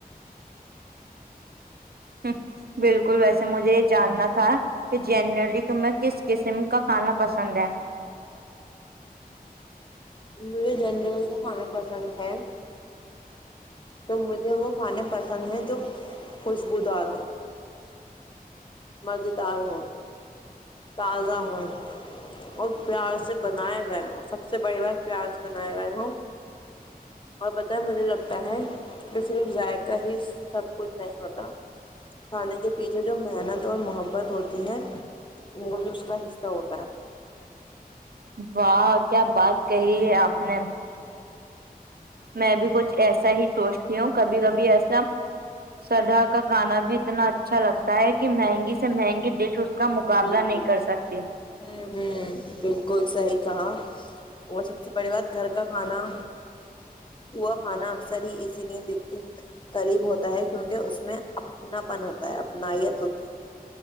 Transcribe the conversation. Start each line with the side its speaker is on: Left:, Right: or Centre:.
Right: ہ بالکل ویسے مجھے یہ جاننا تھا کہ جنرلی تمہیں کس قسم کا کھانا پسند ہے
Left: ہملیے جن کھانا پسند ہے تو مجھے وہ کھانے پسند ہیں جو خوشبودار ہوں مزے دار ہوں تازہ ہو اور پیار سے بنائے گئے ہوں سب سے بڑی بات پیار سے بنائے گئے ہوں اور بتیں مجھے لگتا ہے کہ صرف ذائقہ ہی سب کچھ نہیں ہوتا کھانے کے پیچھے جو محنت اور محبت ہوتی ہے وہ بھی اس کا حصہ ہوتا ہے
Right: واہ کیا بات کہی ہے آپ نے میں بھی کچھ ایسا ہی سوچتی ہوں کبھی کبھی ایسا سدھا کا کھانا بھی اتنا اچھا لگتا ہے کہ مہنگی سے مہنگی ڈش کا مقابلہ
Left: بالکل
Right: نہیں کر سکتی
Left: ہ ہ بالکل صحی کہا وہ سب سے بڑی بات گھر کا کھانا ہووا کھانا اکثر ہی اسی لیے دل کے قریب ہوتا ہے کیونکہ اس میں اپنا پن ہوتا ہے اپنائیت ہوتی ہے